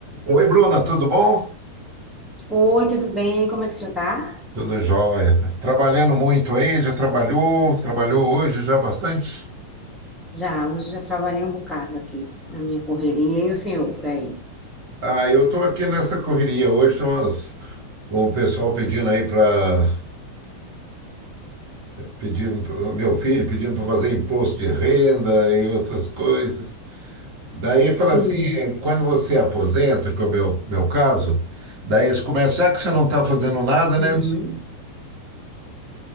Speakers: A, on the right; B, in the centre.
A: Oi, Bruna, tudo bom?
B: Oi, tudo bem? Como é que o senhor tá?
A: Tudo jóia. Trabalhando muito aí, já trabalhou, trabalhou hoje já bastante?
B: Já, hoje já trabalhei um bocado aqui na minha correria e o senhor por aí.
A: Ah, eu tô aqui nessa correria. Hoje tem umas, o pessoal pedindo aí para pedindo pro- meu filho pedindo para fazer imposto de renda e outras coisas. Daí fala
B: Sim,
A: assim, eh, quando você aposenta, que é o meu, meu caso, daí eles começam, já que você não está fazendo nada, né?
B: Uhum.